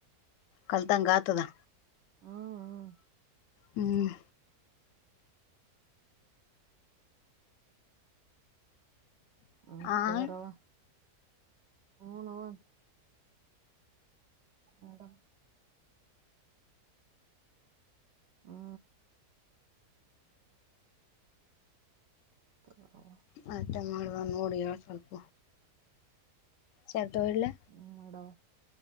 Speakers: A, on the left (about 65°); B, on the right (about 75°).
A: ಕಲ್ತಂಗಂಗ ಆತದಾ
B: ಹ್ಮ್
A: ಹ್ಮ್
B: ಹತ್ತ
A: ಆ
B: ಕರಾವ ಹನ ಅವವನ್ ಮಡ ಹಾ ತಗರವ
A: ಮತ್ತೆ ಮಾಡುವ ನೋಡಿ ಹೇಳ ಸ್ವಲ್ಪ ಶರ್ಟ್ ಒಡ್ಲ
B: ಹ್ಮ್ ಮಡ